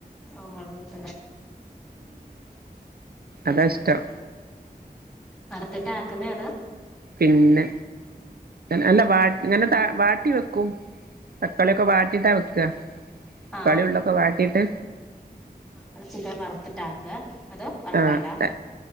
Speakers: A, in the centre; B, on the right (about 70°).
A: ആഹ മുളകട്ട
B: അതാണ് ഇഷ്ടം
A: വറുത്തിട്ട ആക്കുന്നേ അതാ
B: പിന്നെ അല്ല വ അങ്ങനെ ത വാട്ടി വെക്കും തക്കാളിയൊക്കെ വാട്ടിട്ടാ വെക്ക തക്കാളി
A: ആ
B: ഉള്ളിയൊക്കെ വാട്ടീട്ട്
A: ആ അ ചിക്കൻ വറുത്തിട്ട ആക്ക അതോ വറക്കാണ്ടാ
B: ആഹ